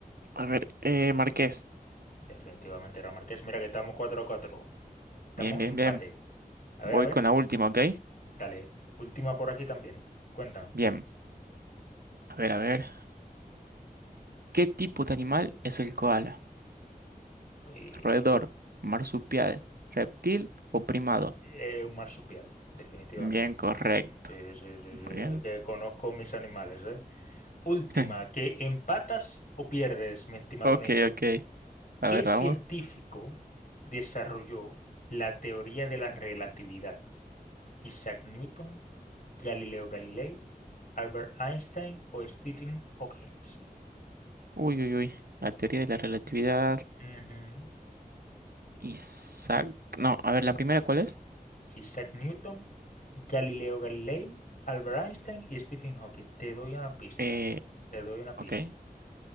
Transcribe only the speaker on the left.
Definitivamente era Márquez. Mira que estamos cuatro a cuatro, Estamos
empate.
A
ver, a ver.
Dale. Última por aquí también. Cuéntame.
Eh,
eh, un marsupial, definitivamente.
Sí, sí, sí,
sí,
Que conozco mis animales, ¿eh? Última,
¿que empatas o pierdes, mi estimado
Nico?
¿Qué
científico
desarrolló la teoría de la relatividad? Isaac Newton, Galileo Galilei, Albert Einstein o Stephen Hawking.
Ujú.
Isaac Newton, Galileo Galilei, Albert Einstein y Stephen Hawking. Te doy una pista.
Te doy una
pista.